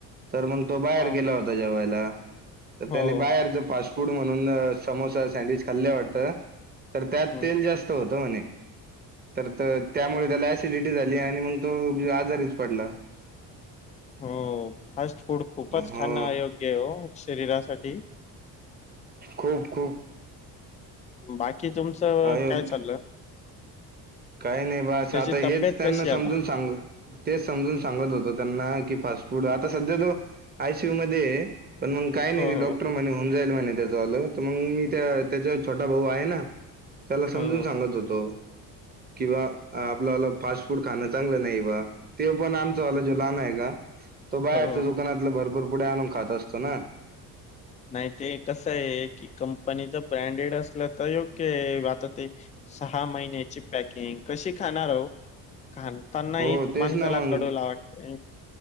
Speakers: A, on the right; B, on the left.
A: तर मग तो बाहेर
B: हो
A: गेला होता जेवायला तर
B: हो
A: त्यान बाहेरच फास्ट फूड म्हणून समोसा सँडविच खाल्ले वाटतं तर त्यात
B: हम्म
A: तेल जास्त होतं म्हणे तर त्यामुळे
B: हो
A: त्याला ऍसिडिटी झाली आणि मग तो आजारीच पडला
B: हो फास्ट फूड खूपच
A: हो.
B: खाणं अयोग्य आहे ओ शरीरासाठी
A: खूप, खूप
B: बाकी तुमचं मग
A: अयोग
B: काय चाललं
A: काही नाही बस
B: त्याची
A: आता
B: तब्येत
A: हेच त्यांना
B: कशी
A: समजून
B: आहे आता
A: सांगू तेच समजून सांगत होतो त्यांना की फास्ट फूड आता सध्या जो आयसीयू मध्ये पण मग काय नाही
B: हो, हो.
A: ते डॉक्टर म्हणे होऊन जाईल म्हणे त्याज झालं तर मग मी त्या त्याचा छोटा भाऊ आहे ना त्याला समजून
B: हो, हो.
A: सांगत होतो कि बा आपल वाल फास्ट फूड खाणं चांगलं नाही बा ते पण आमचावाला जो लहान आहे का तो बाहेरच
B: हो, हो.
A: दुकानातला भरपूर पुडे आणून खात असतो ना
B: नाही ते कसं आहे की कंपनीच ब्रँडेड असल तर योग्य आहे आता ते सहा महिन्याची पॅकिंग कशी खाणारहो घाण पण नाही
A: हो तेच
B: माणसाला
A: ना मग
B: कडवलावटतं